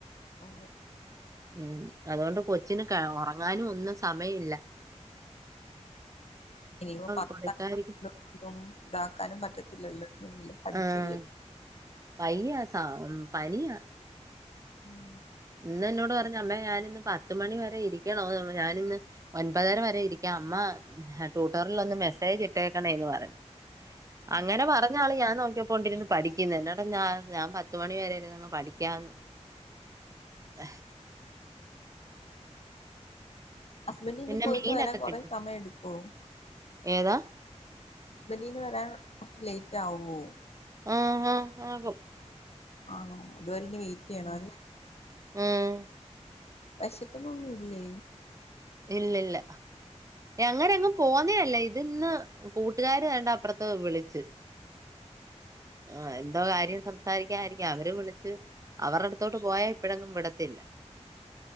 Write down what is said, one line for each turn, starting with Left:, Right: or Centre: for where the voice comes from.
Left: ഓ
Right: ഉ അതുകൊണ്ട് കൊച്ചിന് ക ഒറ ങ്ങാനും ഒന്നും സമയവില്ല
Left: ഇനിപ്പോ പത്തും
Right: പുള്ളിക്കാരിക്ക്
Left: ഇതാക്കാനും പറ്റത്തില്ലല്ലോ പഠിച്ചല്ലേ
Right: ആഹ് വയ്യ സ പനിയാ
Left: ഉം
Right: ഇന്ന് എന്നോട് പറഞ്ഞ് അമ്മേ ഞാനിന്ന് പത്തുമണി വരെ ഇരിക്കണോ ഞാനിന്ന് ഒൻപതര വരെ ഇരിക്കാം അമ്മ ട്യൂട്ടോറിൽ ഒന്ന് മെസ്സേജ് ഇട്ടേക്കണേന്ന് പറഞ്ഞ്
Left: ഉം
Right: അങ്ങനെ പറഞ്ഞ ആള് ഞാൻ നോക്കിയപ്പോണ്ടിരിന്ന് പഠിക്കുന്ന് എന്നാട്ടാ ഞാ ഞാൻ പത്തുമണി വരൊയിരുന്നങ്ങ് പഠിക്കാന്ന് <unintelligible>
Left: ഹസ്ബൻഡ് ഇനി
Right: പിന്നെ
Left: പോയിട്ട്
Right: മീനൊക്കെ
Left: വരാൻ കൊറെേ
Right: കിട്ടി
Left: സമയം എടുക്കോ
Right: ഏതാ
Left: ഹസ്ബൻഡ് ന് വരാൻ കുറച്ച് ലേറ്റ് റ്റ് ആവോ
Right: ആഹ് ആഹ് ആകും
Left: ആണോ അതുവരെ ഇനി വെയിറ്റ് ചെയ്യണം അല്ലേ
Right: ആഹ്
Left: വിശക്കന്നൊന്നും ഇല്ലേ
Right: ഇല്ല ഇല്ല അങ്ങനെ അങ്ങ് പോന്നേല്ല ഇതിന്ന് കൂട്ടുകാര് ദാണ്ട് അപ്പുറത്ത് വിളിച്ചു ആ എന്തോ കാര്യം സംസാരിക്കായിരിക്കും അവർ വിളിച്ച് അവരു അടുത്തോട്ട് പോയാ ഇപ്പഴങ്ങും വിടത്തില്ല